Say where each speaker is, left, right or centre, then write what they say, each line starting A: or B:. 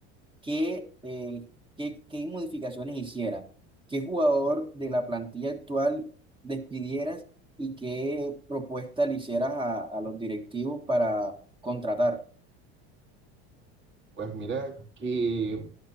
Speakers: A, on the right (about 15°); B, on the right (about 35°).
A: qué, eh, qué, qué modificaciones hicieras, qué jugador de la plantilla actual despidieras y qué propuesta le hicieras a, a los directivos para contratar.
B: Pues mira que